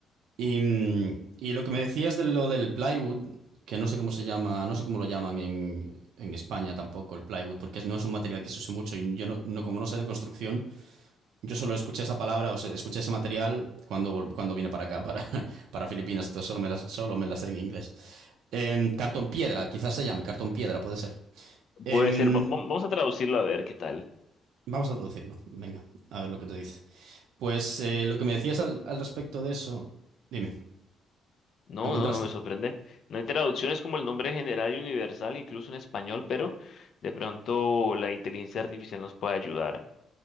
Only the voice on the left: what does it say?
Puede ser, va- va- vamos a traducirlo a ver qué tal.
No,
no, no me sorprende. No hay traducciones como el nombre general y universal, incluso en español, pero de pronto la inteligencia artificial nos puede ayudar.